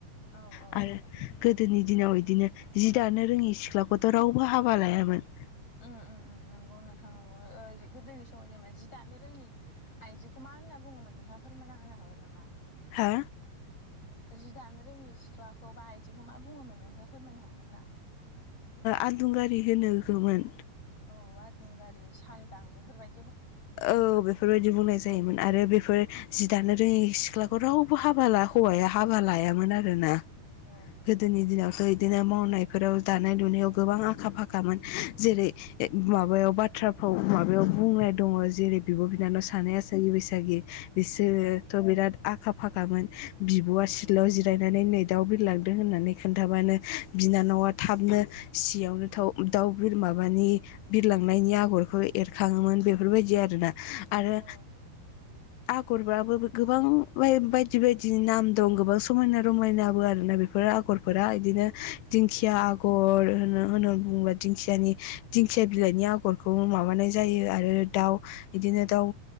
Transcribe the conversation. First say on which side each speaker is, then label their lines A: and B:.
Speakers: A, on the left (about 35°); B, on the left (about 85°).
A: औ
B: आरो
A: औ
B: गोदोनि दिनाव दिनो जि दानो रोङि सिख्लाखौथ' रावबो हाबा लायामोन।
A: उम उम उम नंगौ नोंथां नगौ गोदोनि समाव जेनेबा जि दानो रोङि आइजोखौ मा होनना बुङोमोन नोंथाङ फोरमायना होनो हागोन नामा।
B: हा
A: जि दानो रोङि सिख्लाखौ बा आइदिखौ मा बुङोमोन नोंथाङा फोरमायनो हागोन ना?
B: आदुंगारि होनो मोन।
A: औ आदुंगारि सालदां बेफोरबाय
B: औ बेफोरबायदि बुंनाय जायोमोन आरो बेफोर जि दानो रोङि सिख्लाखौ रावबो हाबा हौवाया हाबा लायामोन आरोना।
A: औ
B: गोदोनि दिनावथ बिदिनो मावनायफोराव दानाय लुनायाव गोबां आखा फाखामोन जेरै माबायाव बाथ्रा माबायाव बुंनाय दङ। जेरै बिब' बिनानाव सानै आसागि बैसागि बिसोरोथ'
A: उम
B: बिराद आखा फाखामोन बिब'आ सिदलाव जिरायनानै नै दाउ बिरलांदों होननानै खोनन्थाबानो बिनानावा थाबनो सियावनो दाउ बिरमानि बिरलांनायनि आगरखौ एरखाङोमोन । बेफोरबायदि आरोना, आरो
A: औ
B: आगरबाबो गोबां बायदि बायदिनि नाम दं गोबां समायना रमायनाबो आरोना बेफोर आगरफोरा बिदिनो दिंखिया आगर होनो। म होननानै बुङोब्ला दिंखियानि दिंखिया बिलाइनि आगरखौ माबानाय जायो आरो दाउ। बिदिनो दाउ